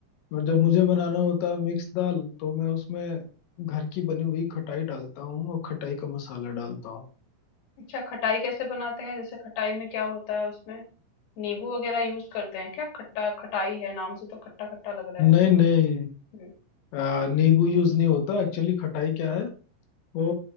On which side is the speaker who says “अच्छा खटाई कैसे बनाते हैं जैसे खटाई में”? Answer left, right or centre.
Left